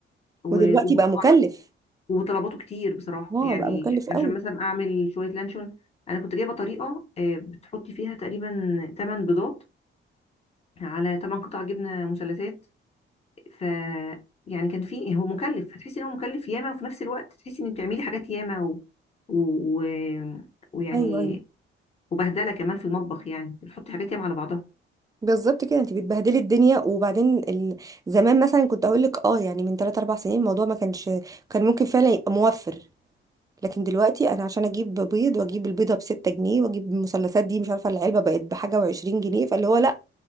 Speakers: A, on the left (about 30°); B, on the right (about 15°).
A: و-
B: ودلوقتي
A: وبرضه
B: بقى مكلف
A: وطلباته كتير بصراحة
B: اه
A: يعني
B: بقى مكلف قوي
A: عشان مثلا أعمل شوية لانشون أنا كنت جايبة طريقة آه، بتحطي فيها تقريبا تمن بيضات على تمن قطع جبنة مثلثات ف يعني كان في هو مكلف هتحسي إن هو مكلف ياما وفي نفس الوقت تحسي إن بتعملي حاجات ياما و... و... و... ويعني
B: ايوه ايوه
A: وبهدلة كمان في المطبخ يعني بتحطي حاجات ياما على بعضها
B: بالظبط كده انت بتبهدلي الدنيا وبعدين ال... زمان مثلا كنت اقول لك اه يعني من 3 4 سنين الموضوع ما كانش كان ممكن فعلا يبقى موفر لكن دلوقتي انا عشان اجيب بيض واجيب البيضه بستة جنيه واجيب المثلثات دي مش عارفه العلبه بقت بحاجه وعشرين جنيه فاللي هو لا